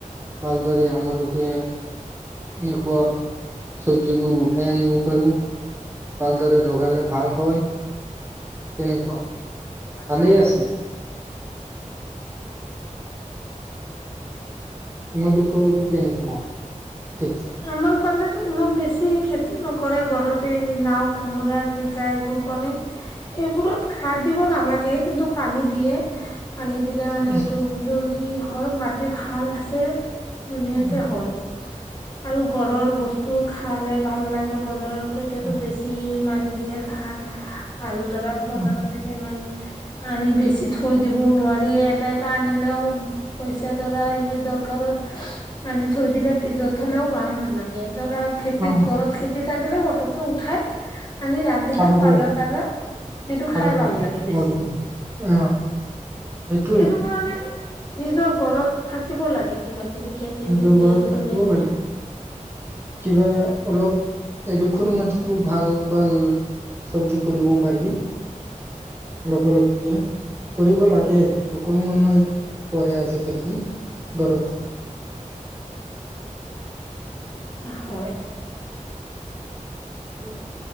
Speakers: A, on the right; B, on the left.
A: ভালদৰে আমালোকে এনেকুৱা চব্জিবোৰ উঠাই আনিব পাৰো ভালদৰে লগালে ভাল হয়। তেনেকুৱা।
B: বাদি
A: ভালেই
B: দে
A: আছে
B: পে ছো আছা।
A: তোমালোকৰটো কেনেকুৱা। খেতি
B: আমাৰ ফালেতো ইমান বেছি খেতি নকৰে ঘৰতে নাও কোমোৰা জিকা এইবোৰ কৰে সেইবোৰত খাৰ দিব নালাগে কিন্তু পানী দিয়ে। পানি দিলে মানে
A: উম,
B: এইটো উম হয় মাটি ভাল আছে ধুনীয়াকে
A: উম,
B: হয়। আৰু গৰৰ বস্তু খালে ভাল লাগে বজাৰত এতিয়াতো
A: উম,
B: বেছি মাই দিয়ে খাৰ আৰু তৰা বজাৰৰ
A: উম,
B: কেইটা ইমান আনি বেছি থৈ দিবও নোৱাৰি এটা এটা আনিলেও পইচাডৰা এৰি দৰকাৰত আনি থৈ দিলে ফ্ৰিজত। হলেও ভাল নালাগে। ধৰা খেতিত
A: উম,
B: ঘৰত খেতিত। থাকেলে পটকে উঠাই আনি ৰান্ধিলে
A: খাব
B: তাজা
A: পাৰি
B: তাজা সেইটো
A: খাব
B: খাই ভাল
A: পাৰি
B: লাগে বেছি
A: ভালদৰে অ সেইটোৱে
B: সেইটো কাৰণে নিজৰ ঘৰত থাকিব লাগে কিবা কিবা খেতি
A: নিজৰ
B: চেতি
A: ঘৰত
B: উঠে
A: থাকিব
B: নেকি?
A: লাগে কিবা অলপ এডোখৰ মাটিতো ভাল ভাল চবজি কৰিব পাৰি অলপ অলপকে কৰিব লাগে সকলো মানুহে কৰে আজিকালি ঘৰতে।
B: হয়
A: উ